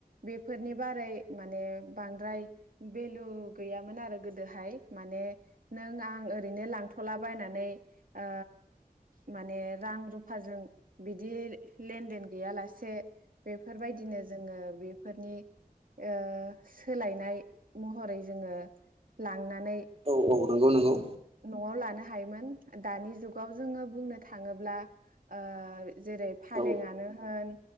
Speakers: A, on the right; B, on the right.
A: बेफोरनि बारै माने बांद्राय भेलु गैयामोन आरो गोदोहाय माने नों आं ओरैनो लांथ'लाबायनानै ओ माने रां रुफाजों बिदि लेनदेन गैया लासे बेफोर बायदिनो जोङो बेफोरनि ओ सोलायनाय महरै जोङो लां नानै
B: औ औ नंगौ नंगौ
A: न'आव लानो हायोमोन दानि जुगाव जोङो बुंनो थाङोब्ला ओ जेरै फालेंनो
B: औ
A: होन